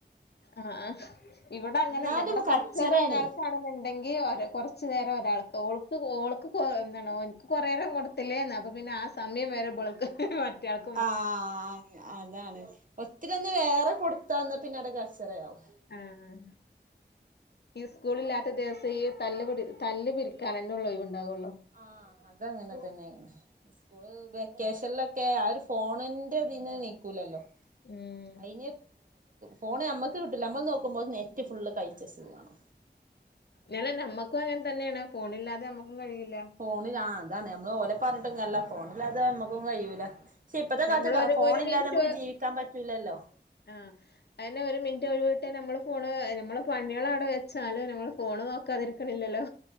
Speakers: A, on the left; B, on the right.
A: ആഹ് ആഹ് ഇവിടെ അങ്ങനല്ല
B: എന്നാലും
A: ഇവിടെ കൊറച്ചരം
B: കച്ചറേണേ
A: ഒരാൾക്കാണുന്നുണ്ട് ഉണ്ടെങ്കി കൊറച് നേരം ഒരാൾക്ക് ഓൾക് ഓൾക് കുറേ നേരം കൊടു ത്തിലെ ന്ന അപ്പ പിന്നെ ആഹ് സമയം വേരെ ബളക്ക് മറ്റൾക്ക്
B: ആഹ് അതാണ് ഒത്തിരി ഒന്ന് വേറെ കൊടുത്താന്നാ പിന്നെ അടെ കച്ചറയാവും
A: ആഹ് ഈ സ്കൂളില്ലാത്ത ദിവസം ഈ തല്ല് പിടി തല്ല് പിരിക്കാനെന്നെ ഉള്ള ഒണ്ടാവുണ്ടാവുള്ളൂ
B: ആഹ് അതങ്ങനെ തന്നെയായിരുന്നു സ്കൂള് വെക്കേഷനില ക്കെ ആഹ് ഒരു ഫോണിന്റെതിന്ന നീക്കൂലല്ലോ
A: ഉം
B: അയി ഫോണ് ഞമ്മക്ക് കിട്ടുല്ല നമ്മള് നോക്കുമ്പോ നെറ്റ് ഫുള് കഴിച്ചച്ചത് കാണം
A: ഞാല നമ്മക്കും അങ്ങനെ തന്നെയാണ് ഫോണില്ലാതെ നമ്മുക്കും കഴിയില്ല
B: ഫോണില ആഹ് അതാണ് നമ്മള് ഓല പറഞ്ഞിട്ടും കാര്യല്ല ഫോണില്ലാതെ നമ്മക്കും കയൂല ക്ഷെ ഇപ്പത്തെ കാലത്ത്
A: നമ്മളൊരു ഒരു
B: ഫോണില്ലാതെ
A: ഒരു മിനിറ്റ്
B: നമുക്ക് ജീവിക്കാൻ പറ്റൂല്ലല്ലോ
A: ആഹ് അയിന് ഒരു മിനിറ്റ് ഒഴിവിട്ട് നമ്മള് ഫോണ് നമ്മളെ പണികൾ അവിടെ വെച്ചാലും നമ്മള് ഫോണ് നോക്കാതിരിക ക്കണില്ലല്ലോ